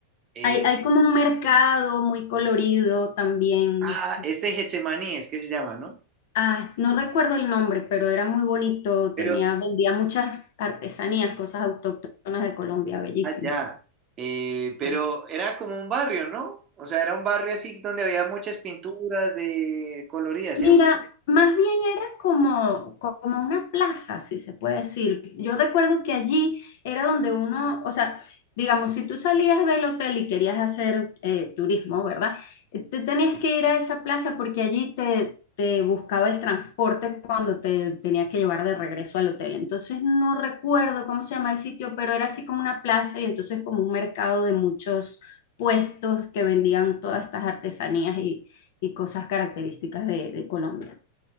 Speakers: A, on the right; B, on the left.
A: eh,
B: Hay, hay como un mercado muy colorido también.
A: ah, este Getsemaní es que se llama, ¿no?
B: Ah, no recuerdo el nombre, pero era muy bonito.
A: Pero,
B: Tenía, vendía muchas artesanías, cosas autóctonas de Colombia, bellísimo.
A: allá. pero
B: Sí.
A: era como un barrio, ¿no? O sea, era un barrio así donde había muchas pinturas de coloridas,
B: Mira,
A: ¿cierto?
B: más bien era como, como una plaza, si se puede decir. Yo recuerdo que allí era donde uno, o sea, digamos, si tú salías del hotel y querías hacer eh, turismo, ¿verdad? Eh, Te tenías que ir a esa plaza porque allí te, te buscaba el transporte cuando te tenía que llevar de regreso al hotel. Entonces no recuerdo cómo se llama el sitio, pero era así como una plaza y entonces como un mercado de muchos puestos que vendían todas estas artesanías y y cosas características de, de Colombia.